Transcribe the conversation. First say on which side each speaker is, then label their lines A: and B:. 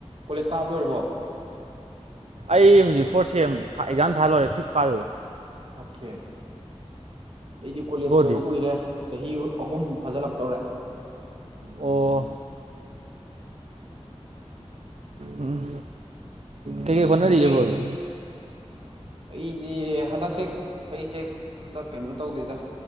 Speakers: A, on the right (about 55°); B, on the right (about 70°).
A: ꯀꯣꯂꯦꯖ ꯀꯥꯕ ꯂꯣꯏꯔꯕꯣ
B: ꯑꯩ ꯍꯧꯖꯤꯛ ꯐꯣꯔ ꯁꯦꯝ ꯑꯦꯛꯖꯥꯝ ꯊꯥ ꯂꯣꯏꯔꯦ ꯐꯤꯐ ꯀꯥꯗꯨꯕ
A: ꯑꯣꯀꯦ ꯑꯩꯗꯤ ꯀꯣꯂꯦꯖ
B: ꯕ꯭ꯔꯣꯗꯤ
A: ꯂꯣꯏꯕ ꯀꯨꯏꯔꯦ ꯆꯍꯤ ꯑꯍꯨꯝ ꯐꯖꯤꯜꯂꯛꯇꯧꯔꯦ
B: ꯑꯣ ꯎꯝ ꯀꯩꯀꯩ ꯍꯣꯠꯅꯔꯤꯑꯦꯕ꯭ꯔꯣꯗꯤ
A: ꯅꯣꯏ ꯑꯩꯗꯤ ꯍꯟꯗꯛꯁꯦ ꯑꯩꯁꯦ ꯍꯟꯗꯛ ꯀꯩꯅꯣ ꯇꯧꯗꯦꯗ